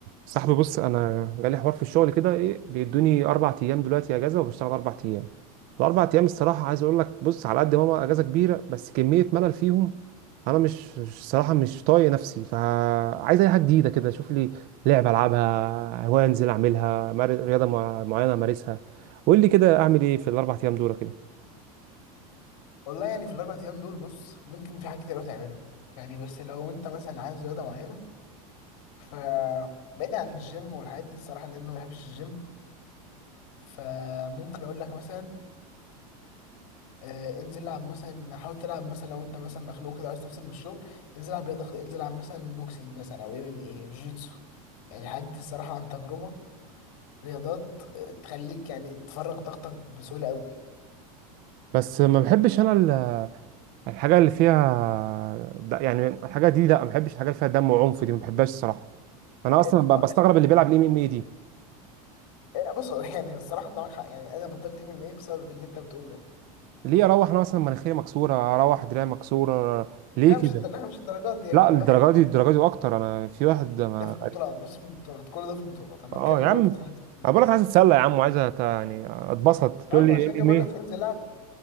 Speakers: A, on the right; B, on the left.
A: صاحبي بص انا جالي حوار في الشغل كده ايه بيدوني اربع ايام دلوقتي اجازه وبشتغل اربع ايام الاربع ايام الصراحه عايز اقول لك بص على قد ما هو اجازه كبيره بس كميه ملل فيهم انا مش الصراحه مش طايق نفسي فعايز اي حاجه جديده كده اشوف لي لعبه العبها هوايه انزل اعملها مار- رياضه مع- معينه امارسها قول لي كده اعمل ايه في الاربع ايام دول كده
B: والله يعني في الاربع ايام دول بص ممكن في حاجات كتير أوي تعملهم يعني بس لو انت مثلا عايز رياضه معينه ف بعيد عن الجيم والحاجات دي الصراحه لان انا ما بحبش الجيم فممكن اقول لك مثلا آه، انزل العب مثلا حاول تلعب مثلا لو انت مثلا مخنوق كده عايز تفصل من الشغل انزل العب رياضه خ- انزل العب مثلا بوكسينج مثلا او ام ام اي جيتسو يعني الحاجات دي الصراحه عن تجربه رياضات آه، تخليك يعني تفرغ طاقتك بسهوله قوي
A: بس ما بحبش انا ال- الحاجه اللي فيها د- يعني الحاجه دي لا ما بحبش الحاجه اللي فيها دم وعنف دي ما بحبهاش الصراحه انا
B: ال-
A: اصلا ب-
B: ما-
A: بستغرب اللي بيلعب الام ام اي دي
B: آه، بص يعني الصراحه انت معاك حق يعني انا بطلت ام ام اي بسبب اللي انت بتقوله ده
A: ليه اروح انا مثلا مناخيري مكسوره اروح دراعي مكسوره ليه
B: لا مش
A: كده
B: الد... لا مش الدرجات دي
A: لا
B: هو بيبقى
A: الدرجه
B: كدمات
A: دي الدرجه دي واكتر انا في واحد ما
B: ده في البطولات بص في البطولات كل ده في البطولات انا
A: اه
B: بتكلم
A: يا عم
B: لو انت طلعت
A: انا بقول
B: بس
A: لك عايز اتسلى يا عم وعايز أت- يعني اتبسط تقول
B: اه ما
A: لي
B: عشان كده
A: ام
B: بقول
A: ام اي
B: لك انزل العب